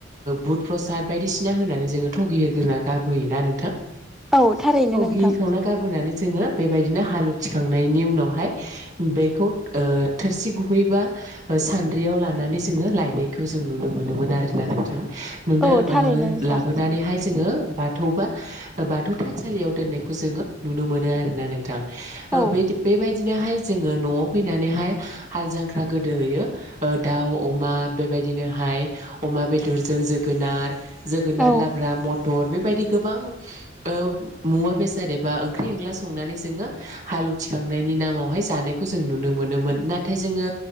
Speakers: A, on the right; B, in the centre.
A: बुध प्रसाद बायदिसिना होनानै जोङो थगि होग्रोना गारबोयोना नोंथां?
B: औ थारैनो
A: थाव
B: नोंथां
A: गिखांना गारबोनानै जोङो बेबायदिनो हालौवथिखांनायनि उनावहाय बेखौ थोरसि गुबैबा सानद्रियाव लानानै जोङो लायनायखौ जों नुनो मोनोमोन आरोना नोंथां। नुनो
B: औ थारैनो
A: ओ
B: नोंथां
A: लाबोनानैहाय जोङो बाथौ बा बाथौ थानसालियाव दोननायखौ जोङो नुनो मोनो आरोना नोंथां
B: औ
A: बे बेबायदिनोहाय जोङो न'आव फैनानैहाय हाल जांख्रा गोदोहयो दाउ, अमा बेबायदि बिदिनोहाय अमा बेदरजों जोगोनार, जोगोनार
B: औ
A: लाब्रा, मथ मटर बेबायदि गोबां ओ मुवा बेसाद एबा ओंख्रि एंला संनानै जोङो हालि आलुथिखांनायनि नामावहाय जानायखौ जों नुनो मोनोमोन। नाथाय जोङो